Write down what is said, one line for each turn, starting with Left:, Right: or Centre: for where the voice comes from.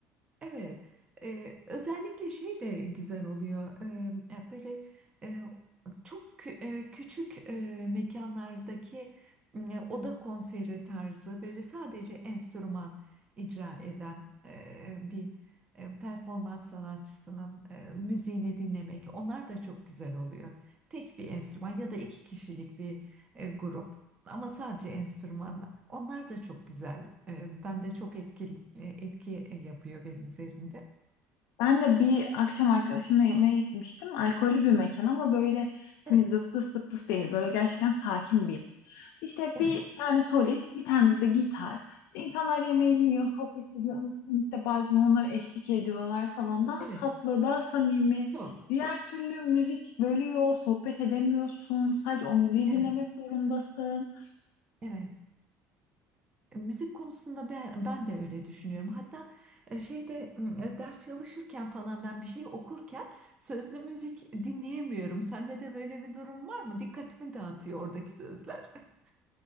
Right: evet. Ee, özellikle şey de güzel oluyor. Ee, ya böyle e, çok kü- e, küçük e, mekanlardaki e, oda konseri tarzı böyle sadece enstrüman icra eden e, bir e, performans sanatçısının e, müziğini dinlemek. Onlar da çok güzel oluyor. Tek bir enstrüman ya da iki kişilik bir e, grup. Ama sadece enstrümanlar. Onlar da çok güzel. E, ben de çok etkili, e, etki e, yapıyor benim üzerimde.
Left: Ben de bir akşam arkadaşımla yemeğe gitmiştim. Alkollü bir mekan ama böyle hani
Right: Evet,
Left: dıptıs dıptıs değil. Böyle gerçekten sakin bir yer. İşte
Right: evet,
Left: bir tane solist, bir tane de gitar. İşte insanlar yemeğini yiyor, sohbet ediyor. Arkadan işte bazen onlara eşlik ediyorlar falan. Daha
Right: evet.
Left: tatlı, daha samimi.
Right: Çok.
Left: Diğer türlü müzik bölüyor, sohbet edemiyorsun. Sadece o müziği
Right: Evet,
Left: dinlemek zorundasın.
Right: evet. E, Müzik konusunda ben ben de öyle düşünüyorum. Hatta e, şeyde m, e, ders çalışırken falan ben bir şey okurken sözlü müzik dinleyemiyorum. Sende de böyle bir durum var mı? Dikkatimi dağıtıyor oradaki sözler. <laughs>